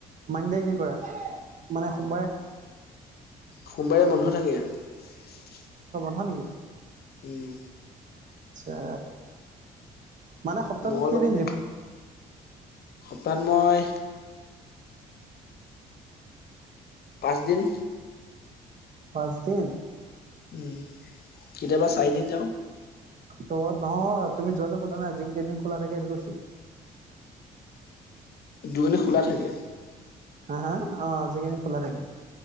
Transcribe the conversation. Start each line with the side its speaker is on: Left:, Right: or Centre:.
Right: মানডে কি কৰা মানে সোমবাৰে
Left: সোমবাৰে বন্ধ থাকে ইয়াত
Right: হয় নেকি
Left: উম
Right: আা মানে সপ্তাহটোতেইিন
Left: মংগলবাৰে
Right: য
Left: সপ্তাহত মই পাঁচ দিন
Right: পাঁচদিন
Left: উম কেতিয়াবা চাৰিদিন যাও
Right: তত নহয় তুমি যোৱাটো সোধা নাই জিম কেইদিন খোলা থাকে সেইটো কৈছো
Left: দুঅনি খোলা থাকে
Right: আহা অ আজিকালি খোলা থাকে